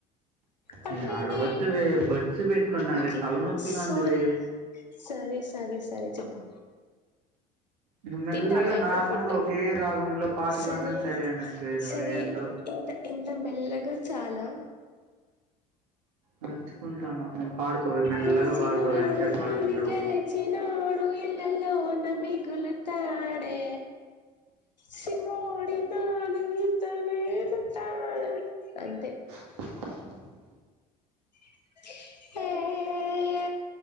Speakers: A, on the left; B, on the right.
A: పర్లేదే
B: వే అరవద్దువే బడ్స్ పెట్టుకున్నావే
A: ఓకే
B: తలనొప్పిగా
A: సారీ
B: ఉందివే
A: సరే. సరే సరే చెప్పు
B: నువ్వు మెల్లగా
A: తింటావా ఇప్పుడు
B: నార్మల్గా
A: ఫుడ్.
B: ఒకే రాగంలో పాట
A: సరే
B: పాడినా అనొచ్చువే నువ్వు
A: సరే
B: ఏందో
A: ఇంతా ఇంతా మెల్లగా చాలా.
B: నడుచుకుంటాను నేను పాడుకోవే మెల్లగా
A: గెలిచినోడు
B: పాడుకోవే ఎంతసేపు పాడుకుంటావు
A: మరి గెలిచినోడు ఎవర్. ఇల్లలోనా మిగులు తాడే. చిన్నోడు లానే ఎంత మేలుతాడు. అంతే.
B: <inaudible>
A: ఆ